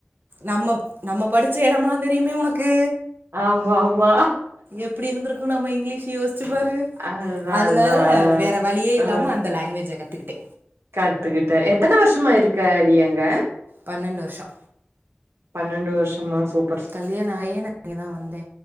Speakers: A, on the right; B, on the right.
A: நம்ம நம்ம படிச்ச இடம் எல்லாம் தெரியுமே உனக்கு
B: ஆமா ஆமா
A: எப்படி இருந்திருக்கு நம்ம இங்கிலீஷ் யோசிச்சு பாரு
B: அதுதா
A: அதனால
B: அதுதா
A: வேற வழியே
B: ஆ
A: இல்லாம அந்த லாங்குவேஜ கத்துக்கிட்டே
B: கத்துக்கிட்ட எத்தன வருஷமா இருக்க அடி அங்க
A: பன்னெண்டு வருஷோ
B: பன்னெண்டு வருஷமா சூப்
A: கல்யாண ஆயே நா இங்கதா வந்தே